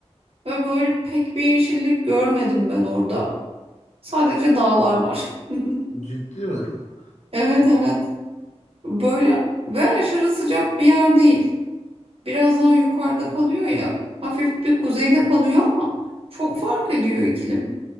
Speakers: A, on the right (about 55°); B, on the left (about 85°).
A: ve böyle pek bir yeşillik görmedim ben orada. Sadece dağlar var. <laughs>
B: Ciddi mi? <laughs>
A: Evet evet. Böyle ve aşırı sıcak bir yer değil. Biraz daha yukarıda kalıyor ya. Hafif bir kuzeyde kalıyor ama çok fark ediyor iklim.